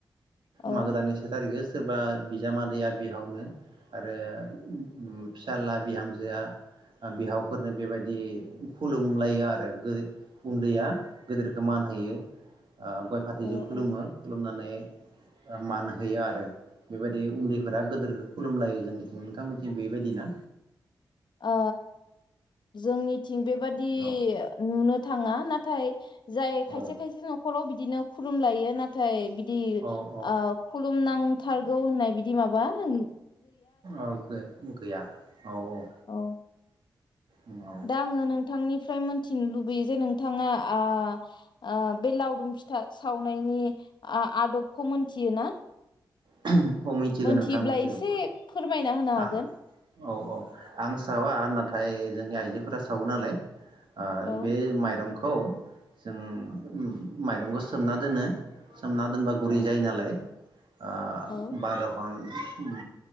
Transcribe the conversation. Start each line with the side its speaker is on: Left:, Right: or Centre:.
Left: औ
Right: मागो दाननि से थारिखे सोरबा बिजामादैैया बिहावनो आरो उम फिसाला बिहामजोआ बिहावफोरनो बेबायदि खुलुमलायो आरो गो उन्दैया गेदेरखौ मान होयो ओ गय फाथैजों
Left: औ
Right: खुलुमो
Left: औ
Right: खुलुमनानै ओ मान होयो आरो बेबायदि उन्दैफोरा गोदोरखौ खुलुमलायो जोंनिथिं नोंथांमोनथिं बेबायदिना
Left: ओ जोंनि थिं बेबादि
Right: औ
Left: नुनो थाङा नाथाय जाय
Right: औ
Left: खायसे खायसे नखराव बि बिदिनो खुलुमलायो नाथाय बि दि
Right: औ औ
Left: आ खु खुलुमनांथारगौ होननाय बिदि माबा होन
Right: औ गै गैया औ औ
Left: औ
Right: औ
Left: दा आङो नोंथांनिफ्राय मोनथिनो लुबैयो जे नोंथाङा आ आ बे लावदुम फिथा सावनायनि आ आदबखौ मोनथियो ना
Right: <unintelligible> औ मिथिगौ
Left: मोनथियोब्ला
Right: नोंथां मिथिगौ
Left: एसे फोरमायना होनो हागोन
Right: आं औ औ आं सावा नाथाय जोंनि आइजोफोरा सावो नालाय ओ
Left: औ
Right: बे माइरं खौ जों ओम माइरंखौ सोमना दोनो सोमना दोनबा गुरै
Left: औ
Right: जायो नालाय ओ
Left: औ
Right: बारघन उम